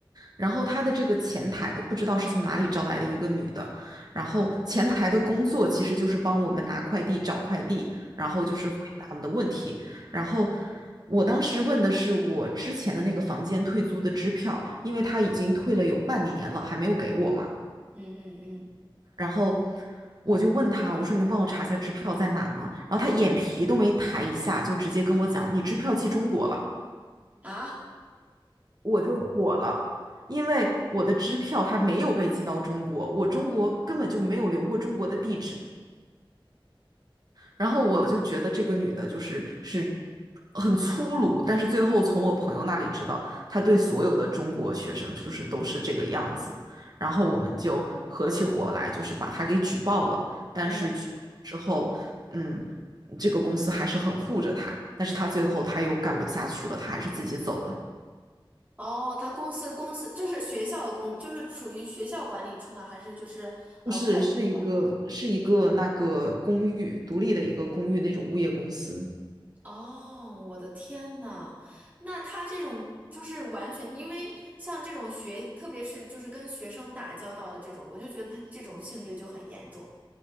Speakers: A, on the right; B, on the right.
A: 然后他的这个前台不知道是从哪里招来的一个女的，然后前台的工作其实就是帮我们拿快递、找快递，然后就是回答我们的问题。
B: 嗯
A: 然后我当时问的是我之前的那个房间退租的支票，因为他已经退了有半年了，还没有给我嘛。
B: 嗯嗯
A: 然后我就问他，我说你能帮我查一下支票在哪吗？然后他眼皮都没抬一下，就直接跟我讲，你支票寄中国了。
B: 嗯啊
A: 我就火了，因为我的支票它没有被寄到中国，我中国根本就没有留过中国的地址。然后我就觉得这个女的就是是很粗鲁，但是最后从我朋友那里知道，她对所有的中国学生就是都是这个样子。然后我们就合起伙来，就是把她给举报了。但是举报之后，
B: 嗯
A: 嗯，这个公司还是很护着她，但是她最后她又干不下去了，她还是自己走了。
B: 哦，他公司公司就是学校的公，就是属于学校管理处吗？还是就是呃会计？
A: 不是，是一个是一个那个公寓，独立的一个公寓那种物业公司。
B: 哦，我的天呐，那他这种就是完全，因为像这种学，特别是就是跟学生打交道的这种，我就觉得他这种性质就很严重。